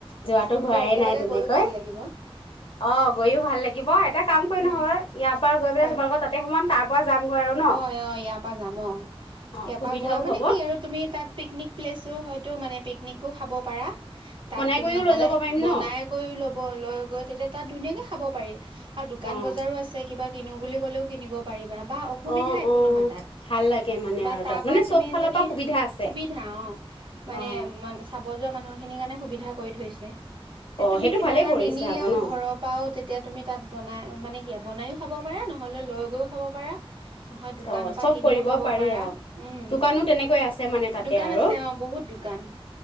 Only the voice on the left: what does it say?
যোৱাতটো
হোৱাই
নাই তেনেকৈ
অ গৈও ভাল লাগিব এটা কাম কৰি
নহয় ইয়াৰ পৰা গৈ
পেলাই তোমালোকৰ তাতে সোমাম তাৰ পৰা যামগৈ আৰু ন?
অ',
সুবিধাও
হ'ব
বনাই কৰিও
লৈ যাব পাৰিম
ন?
অ'।
অ',
অ',
ভাল লাগে মানে
আৰু
তাত
মানে
চব ফালৰ
পৰা সুবিধা আছে
অ',
অ',
সেইটো
ভালে
কৰিছে
আকৌ ন
অ',
চব
কৰিব
পাৰি
আৰু
দোকানো তেনেকৈ আছে মানে তাতে
আৰু